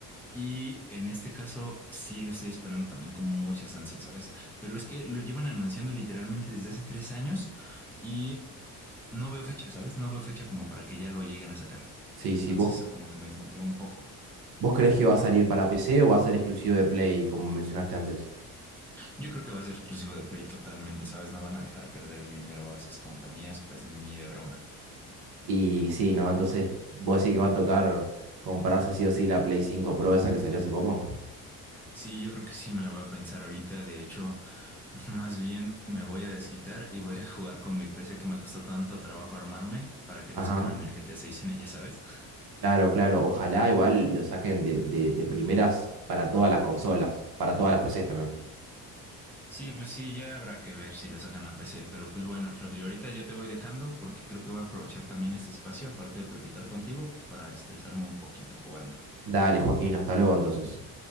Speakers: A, in the centre; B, on the right.
A: y en este caso sí lo estoy esperando también con muchas ansias, ¿sabes? Pero es que lo llevan anunciando literalmente desde hace tres años y no veo fecha, ¿sabes? No veo fecha como para que ya lo lleguen a sacar.
B: Sí, sí,
A: Entonces
B: ¿vos,
A: eso como que me desmotiva un poco.
B: vos creés que va a salir para PC o va a ser exclusivo de Play, como mencionaste antes?
A: Yo creo que va a ser exclusivo de Play totalmente, ¿sabes? No van a dejar perder dinero a esas compañías, pues ni de broma.
B: Y sí, ¿no? Entonces, vos decís que va a tocar comprarse sí o sí la Play cinco Pro esa que salió hace poco.
A: Sí, yo creo que sí me la voy a pensar ahorita. De hecho, más bien me voy a desquitar y voy a jugar con mi PC que me costó tanto trabajo armarme para que
B: Ajá.
A: no sacaran el GTA 6 en ella, ¿sabes?
B: Claro, claro. Ojalá igual lo saquen de, de, de primeras para todas las consolas, para todas las PCs también.
A: Sí, pues sí, ya habrá que ver si lo sacan a PC. Pero pues bueno, Rodrigo, ahorita yo te voy dejando porque creo que voy a aprovechar también este espacio, aparte de platicar contigo, pues para estresarme un poquito jugando.
B: Dale, Joaquín, hasta luego entonces.